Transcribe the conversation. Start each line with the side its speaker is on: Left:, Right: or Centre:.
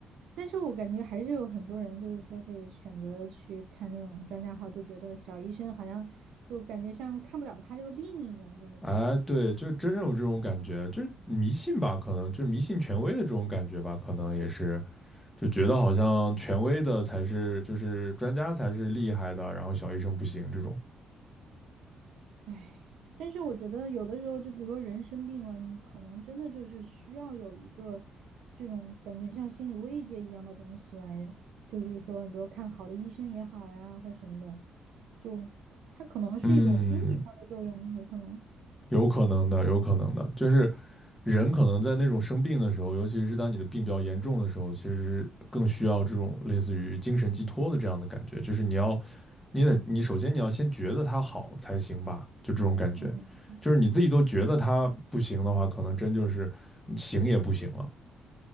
Right: 但是我感觉还是有很多人，就是说会选择去看那种专家号，就觉得小医生好像就感觉像看不了他这个病一样，就是那种，
Left: 哎，对，就真正有这种感觉，就是迷信吧，可能就是迷信权威的这种感觉吧，可能也是就觉得好像权威的才是，就是专家才是厉害的，然后小医生不行这种。
Right: 唉。但是我觉得有的时候，就比如说人生病了，你可能真的就是需要有一个这种感觉像心理慰藉一样的东西来，就是说，比如看好的医生也好呀，或者什么的，就他可能是一种心理上的作用，
Left: 嗯，
Right: 有可能，
Left: 有可能的，有可能的，就是人可能在那种生病的时候，尤其是当你的病比较严重的时候，其实更需要这种类似于精神寄托的这样的感觉，就是你要，你得，你首先你要先觉得他好才行吧，就这种感觉，
Right: 嗯。
Left: 就是你自己都觉得他不行的话，可能真就是行也不行了。